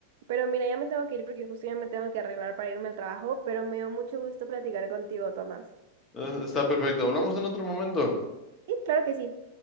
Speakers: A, on the right; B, on the left.
A: Pero mira, ya me tengo que ir porque justo ya me tengo que arreglar para irme al trabajo, pero me dio mucho gusto platicar contigo, Tomás.
B: Eh, Está perfecto. Hablamos en otro momento.
A: Sí, claro que sí.